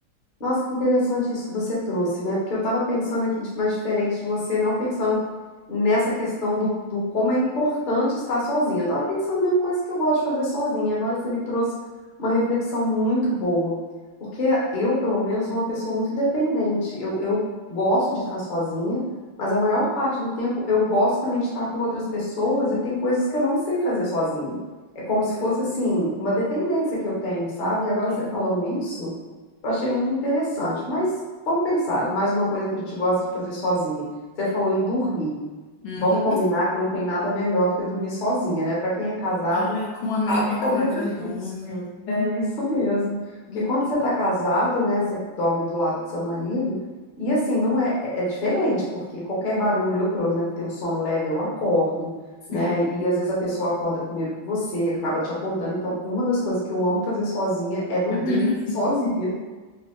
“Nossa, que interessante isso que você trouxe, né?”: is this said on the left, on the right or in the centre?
Left